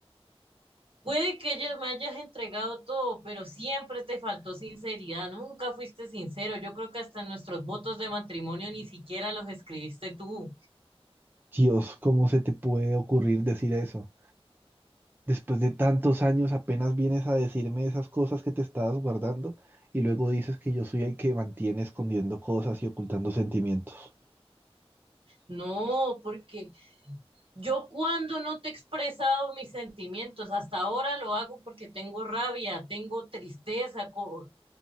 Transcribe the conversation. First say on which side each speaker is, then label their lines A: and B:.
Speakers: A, on the right (about 60°); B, on the right (about 20°).
A: Puede que ella me hayas entregado todo, pero siempre te faltó sinceridad, nunca fuiste sincero. Yo creo que hasta nuestros votos de matrimonio ni siquiera los escribiste tú.
B: Dios, ¿cómo se te puede ocurrir decir eso? Después de tantos años apenas vienes a decirme esas cosas que te estabas guardando y luego dices que yo soy el que mantiene escondiendo cosas y ocultando sentimientos.
A: No, porque yo cuando no te he expresado mis sentimientos, hasta ahora lo hago porque tengo rabia, tengo tristeza, co-